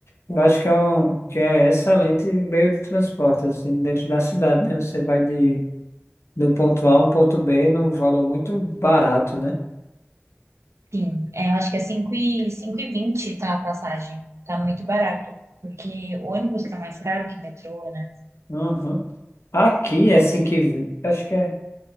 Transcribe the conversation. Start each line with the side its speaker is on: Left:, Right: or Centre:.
Left: Eu acho que é um, que é excelente meio de transporte, assim, dentro da cidade, né? Você vai de, do ponto A a um ponto B num valor muito barato, né?
Right: Sim, é, eu acho que é cinco e, 5 e 20 tá a passagem. Tá muito barato, porque o ônibus tá mais caro que metrô, né?
Left: Uhum. Aqui, assim que. vi- Acho que é.